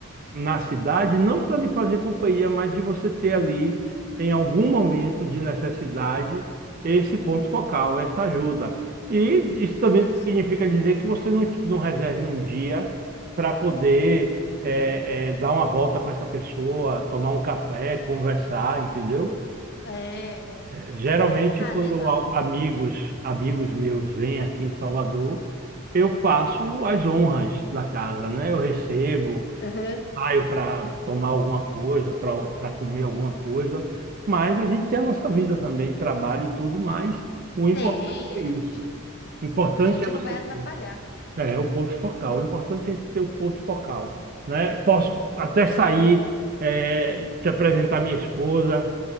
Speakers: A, on the right; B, on the left.
A: na cidade, não para lhe fazer companhia, mas de você ter ali, em algum momento de necessidade, esse ponto focal, essa ajuda. E isso também
B: isso,
A: significa dizer que você não, não reserve um dia para poder eh, eh, dar uma volta com essa pessoa, tomar um café, conversar, entendeu?
B: é,
A: Eh,
B: é.
A: Geralmente,
B: Ah,
A: quando
B: legal.
A: a- amigos, amigos meus vêm aqui em Salvador, eu faço as honras da casa, né? Eu recebo
B: Aham.
A: saio para tomar alguma coisa, para para comer alguma coisa, mas a gente tem a nossa vida também, trabalho e tudo, mas o importante
B: Tem,
A: é
B: é,
A: isso.
B: a gente não,
A: O importante
B: a gente
A: é você
B: não vai
A: ter,
B: atrapalhar.
A: É o ponto focal. O importante é a gente ter o ponto focal, né? Posso até sair, eh, te apresentar minha esposa,